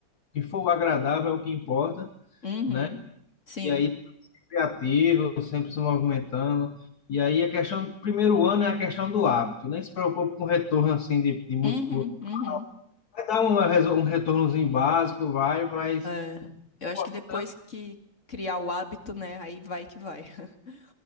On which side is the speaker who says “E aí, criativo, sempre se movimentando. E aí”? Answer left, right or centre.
Left